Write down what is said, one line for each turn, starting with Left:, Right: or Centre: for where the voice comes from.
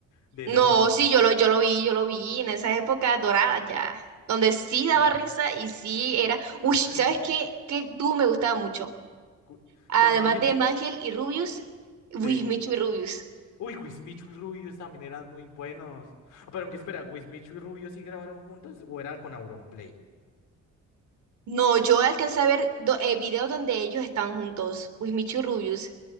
Left: de
Right: No,
Left: esas épocas.
Right: sí, yo lo, yo lo vi, yo lo vi en esa época dorada ya. Donde sí daba
Left: Ah.
Right: risa y sí era.
Left: <laughs>
Right: Uy, ¿sabes qué? ¿Qué tú me gustaba mucho?
Left: Cu-
Right: Además
Left: ¿Con Mangel?
Right: de Mangel y Rubius, Wismichu
Left: Sí.
Right: y Rubius.
Left: Uy, Wismichu y Rubius también eran muy buenos. Ah, pero aunque espera, ¿Wismichu y Rubius sí grabaron juntos o era con Auronplay?
Right: No, yo alcancé a ver do- eh, videos donde ellos están juntos, Wismichu y Rubius.